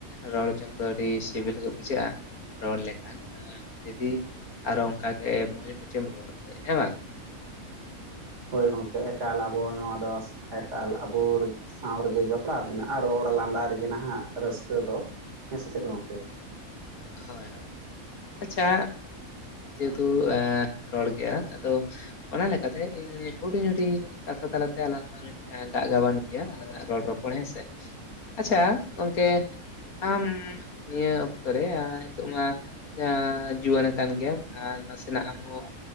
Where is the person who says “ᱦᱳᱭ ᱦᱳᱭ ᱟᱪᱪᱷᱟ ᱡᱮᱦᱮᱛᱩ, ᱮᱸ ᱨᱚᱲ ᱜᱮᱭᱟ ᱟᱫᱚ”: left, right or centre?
Left